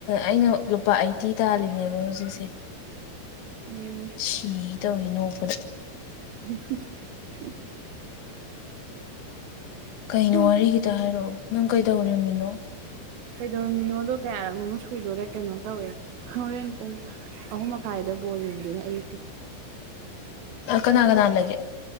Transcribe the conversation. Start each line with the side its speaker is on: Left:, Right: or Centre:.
Left: ꯑꯩꯅ ꯂꯨꯄꯥ ꯑꯩꯠꯇꯤ ꯇꯥꯜꯂꯤꯅꯦꯦꯕ ꯍꯧꯖꯤꯛꯁꯦ
Right: ꯎꯝ
Left: ꯁꯤ ꯇꯧꯋꯅꯣꯗ
Right: <inaudible>
Left: ꯀꯩꯅꯣ
Right: ꯍꯨꯝ
Left: ꯋꯥꯔꯤꯒꯤꯇ ꯍꯥꯏꯔꯛꯎ ꯅꯪ ꯀꯩꯗꯧꯔꯝꯃꯤꯅꯣ
Right: ꯀꯩꯗꯧꯔꯝꯃꯤꯅꯣꯗꯣ ꯀꯌꯥꯔꯣ ꯁꯨꯗꯣꯔꯦ ꯀꯩꯅꯣ ꯇꯧꯋꯦ ꯍꯣꯔꯦꯟ ꯄꯨꯡ ꯑꯍꯨꯝ ꯃꯈꯥꯏꯗ ꯕꯣꯜ ꯌꯦꯡ ꯑꯌꯨꯛꯀꯤ
Left: ꯀꯅꯥ ꯀꯅꯥ ꯂꯩꯒꯦ